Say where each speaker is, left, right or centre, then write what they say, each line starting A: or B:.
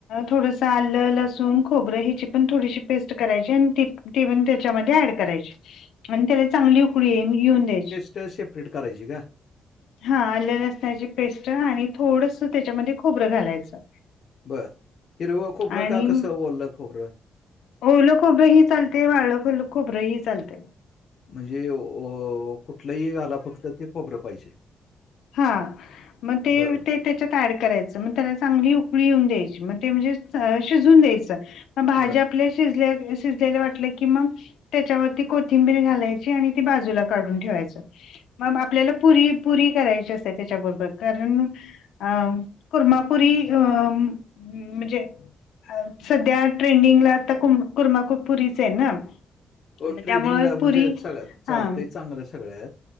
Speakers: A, on the left; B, on the left.
A: थोडस आलं लसूण खोबरं हिची पण थोडीशी पेस्ट करायची आणि ती ती पण त्याच्यामध्ये ऍड करायची. आणि त्याला चांगली उकळी येऊन द्यायची.
B: ते सेपरेट करायचीे का?
A: हा आलं लसण्याची पेस्ट आणि थोडस त्याच्यामध्ये खोबरं घालायचं.
B: बर हिरव खोबर
A: आणि
B: का कसं ओलं खोबरं?
A: ओलं खोबरंही चालते वालं खोबरंही चालते.
B: म्हणजे अ ओ कुठलंही घाला फक्त ते खबरं पाहिजे.
A: हा मग ते
B: बरं
A: ते- त्याच्यात ॲड करायच म त्याला चांगली उकळी येऊन द्यायची म ते म्हणजे शिजून द्यायच. भाजी
B: बरं
A: आपल्या शिजल्या शिजल्याला वाटलं की मग. त्याच्यावरती कोथिंबीर घालायची आणि ती बाजूला काढून ठेवायचं. मग आपल्याला पुरी पुरी करायची असते त्याच्याबरोबर कारण- अ कुर्मापुरी अ म्हणजे- सध्या ट्रेंडिंगला आता कू कुर्मा कुरपुरीच आहे ना.
B: हो
A: मग
B: ट्रेडिंगला
A: त्यामुळे
B: म्हणजे
A: पुरी
B: सग चालतंय
A: हां.
B: चांगलं सगळ्यात.